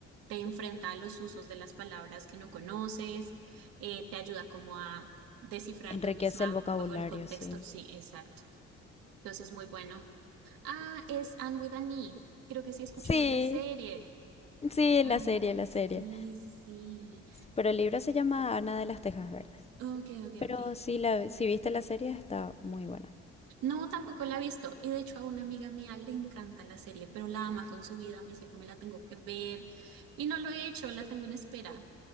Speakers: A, on the right (about 65°); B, on the left (about 15°).
A: te enfrenta a los usos de las palabras que no conoces, eh, te ayuda como a descifrar
B: Enriquece
A: tú misma
B: el vocabulario,
A: bajo el contexto.
B: sí.
A: Sí, exacto. Entonces, muy bueno. Ah, es Anne with an E. Creo que sí he escuchado
B: Sí,
A: la serie.
B: sí,
A: Ay,
B: la serie, la
A: sí,
B: serie.
A: sí, sí.
B: Pero el libro se llama Ana de las Tejas Verdes.
A: Ok, ok,
B: Pero
A: ok.
B: si la, si viste la serie está muy buena.
A: No, tampoco la he visto. Y de hecho a una amiga mía le encanta la serie, pero la ama con su vida. Me dice que me la tengo que ver. Y no lo he hecho, la tengo en espera.